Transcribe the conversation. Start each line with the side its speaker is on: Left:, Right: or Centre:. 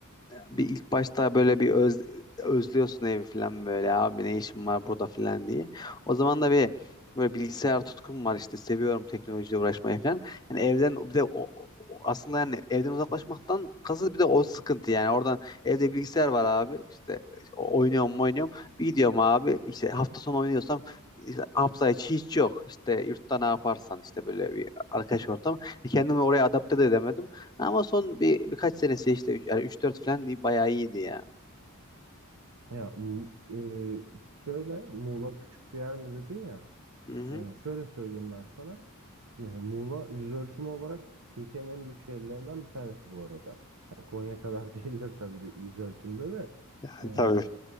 Left: bir ilk başta böyle bir öz, özlüyorsun evi falan böyle abi ne işim var burada falan diye. O zaman da bir böyle bilgisayar tutkum var işte seviyorum teknolojiyle uğraşmayı falan. Hani evden bir de o, o- aslında yani evden uzaklaşmaktan kasıt bir de o sıkıntı yani oradan evde bilgisayar var abi işte işte o- oynuyorum mu oynuyorum bir gidiyorum abi işte hafta sonu oynuyorsam işte hafta içi hiç yok işte yurtta ne yaparsan işte böyle bir arkadaş ortam E, kendimi oraya adapte de edemedim ama son bir birkaç senesi işte üç yani üç dört falan değil bayağı iyiydi ya.
Right: Ya Mu- e, şöyle Muğla küçük bir yer mi dedin ya?
Left: Hı hı.
Right: E, şöyle söyleyeyim ben sana. E, Muğla yüz ölçümü olarak Türkiye'nin en büyük şehirlerinden bir tanesi bu arada. Yani Konya kadar <laughs> değildir tabii de yüz ölçümde de.
Left: Yani
Right: E,
Left: Tabii.